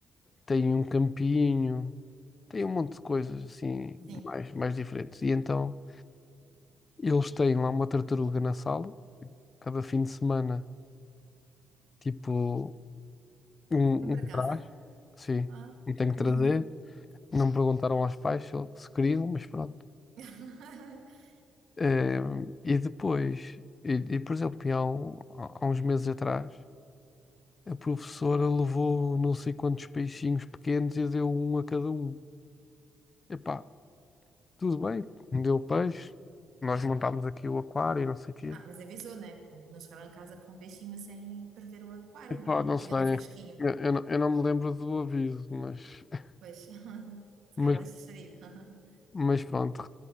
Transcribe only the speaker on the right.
sim.
Vem para
casa?
Ah,
uhum.
<laughs>
Ah, mas avisou, né? Pronto, não chegaram a casa com um peixinho sem prever o aquário,
não é?
Ou
vinha no fresquinho.
Pois, <laughs> se
calhar deixa sair. <laughs>